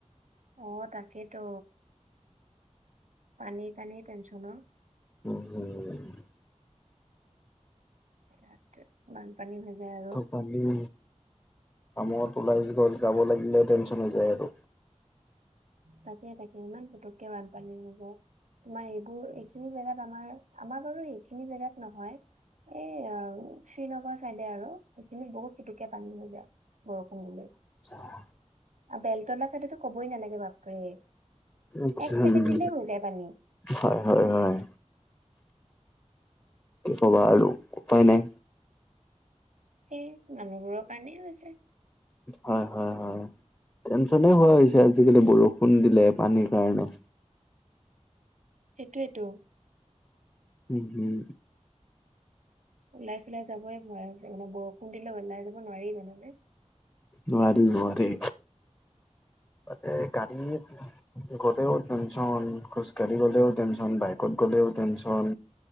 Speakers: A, on the right; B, on the left.
A: অ, তাকেতো। পানীৰ কাৰণেই তেনচন অ'।
B: <unintelligible>
A: ইয়াত বানপানী হৈ যায় আৰু।
B: পানী, কামত ওলাই য যাব লাগিলে টেনচন হৈ যায় আৰু।
A: তাকে তাকে ইমান পটককে বানপানী হৈ যায়। তোমাৰ এইবোৰ এইখিনি জেগাত আমাৰ আমাৰ বাৰু এইখিনি জেগাত নহয়। এই শ্ৰীনগৰ চাইডে আৰু সেইখিনিত বহুত পুতুকে পানী হৈ যায় বৰষুণ দি
B: <unintelligible>
A: আৰু বেলতলা চাদডেটো ক'ব ই নালাগে বাপৰে,
B: উম,
A: এক ছেকেণ্ড দিলে হৈ যায় পানী।
B: হয়, হয়, হয়, কি ক'বা আৰু উপায় নাই।
A: সেই মানুহবোৰ কাৰণেই হৈছে।
B: হয়, হয়, হয়, টেনচনেই হৈ গৈছে আজিকালি বৰষুণ দিলে পানীৰ কাৰণে।
A: সেইটোয়েতো।
B: উম উম।
A: ওলাই-চিলে যাবই ভয় হৈছে মানে বৰষুণ দিলে ওলাই যাব নোৱাৰি জানানে।
B: নোৱাৰি নোৱাৰি। তাতে গাড়ীত। গ'লেও টেনচন খোজকাঢ়ি গ'লেও টেনচন বাইকত গ'লেও টেনচন।